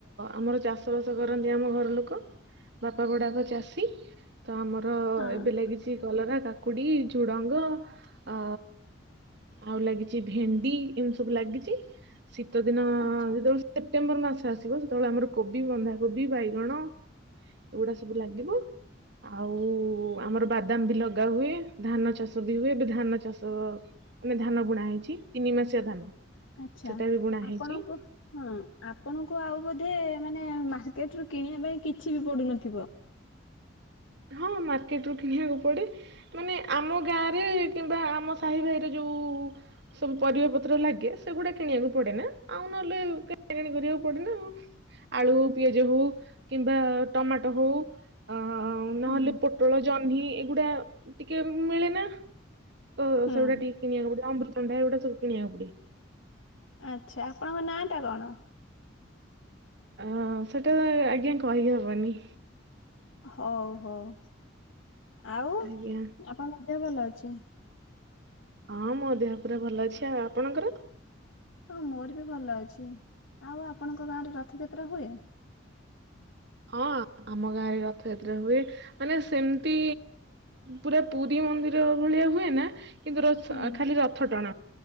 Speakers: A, on the right; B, on the left.
A: ଆମର ଚାଷବାସ କରନ୍ତି ଆମ ଘର ଲୋକ ବାପା ବଡପା ଚାଷୀ। ତ ଆମର
B: ହଁ
A: ଏବେ ଲାଗିଚି କଲରା, କାକୁଡି, ଝୁଡଙ୍ଗ ଆ ଆଉ ଲାଗିଚି ଭେଣ୍ଡି ଏମିତି ସବୁ ଲାଗିଚି। ଶୀତ ଦିନ
B: ଆଚ୍ଛା
A: ଯେତେବେଳେ ସେପ୍ଟେମ୍ବର ମାସ ଆସିବ, ସେତେବେଳେ ଆମର କୋବି, ବନ୍ଧାକୋବି, ବାଇଗଣ ଏଗୁଡା ସବୁ ଲାଗିବ। ଆଉ ଆମର ବାଦାମ ବି ଲଗା ହୁଏ। ଧାନ ଚାଷ ବି ହୁଏ। ଏବେ ଧାନ ଚାଷ ମାନେ ଧାନ ବୁଣା ହେଇଚି ତିନି ମାସିଆ ଧାନ
B: ଆଚ୍ଛା
A: ସେଟା ବି ବୁଣା
B: ଆପଣଙ୍କୁ
A: ହେଇଚି।
B: ହଁ ଆପଣଙ୍କୁ ଆଉ ବୋଧେ ମାନେ ମାର୍କେଟ ରୁ କିଣିବା ପାଇଁ କିଛି ବି ପଡୁନଥିବ।
A: ହଁ ମାର୍କେଟ ରୁ କିଣିବାକୁ ପଡେ ମାନେ ଆମ ଗାଁ ରେ କିମ୍ବା ଆମ ସାହି ଭାଇରେ ଯୋ ଉ ସବୁ ପରିବା ପତ୍ର ଲାଗେ ସେଗୁଡା କିଣିବାକୁ ପଡେନା ଆଉ ନହେଲେ କିଣା କିଣି କରିବାକୁ ପଡେନା ଆଉ। ଆଳୁ, ପିଆଜ ହୋଉ କିମ୍ବା ଟମାଟୋ ହୋଉ ଅ ନହେଲେ
B: ହୁଁ।
A: ପୋଟଳ ଜହ୍ନି ଏଗୁଡା ଟିକେ ମିଳେ ନା ତ
B: ହୁଁ
A: ସେଗୁଡା ଟିକେ କିଣିବାକୁ ପଡିବ ଅମୃ ତମଣ୍ଡା ଏଗୁଡା ସବୁ କିଣି ବାକୁ ପଡେ।
B: ଆଛା ଆପଣଙ୍କ ନାଁ ଟା କଣ?
A: ଆ ସେଟା ଆଜ୍ଞା କହି ହବନି।
B: ହୋଉ ହୋଉ। ଆଉ
A: ଆଜ୍ଞା
B: ଆପଣଙ୍କ ଦେହ ଭଲ ଅଛି?
A: ହଁ ମୋ ଦେହ ପୁରା ଭଲ ଅଛି। ଆଉ ଆପଣଙ୍କର
B: ହଁ ମୋର ବି ଭଲ ଅଛି। ଆଉ ଆପଣଙ୍କ ଗାଁ ରେ ରଥଯାତ୍ରା ହୁଏ।
A: ହଁ ଆମ ଗାଁରେ ରଥଯାତ୍ରା ହୁଏ। ମାନେ ସେମିତି ପୁରା ପୁରୀ ମନ୍ଦିର ଭଳିଆ ହୁଏ ନା କିନ୍ତୁ ର
B: ହୁଁ
A: ଖାଲି ରଥ ଟଣା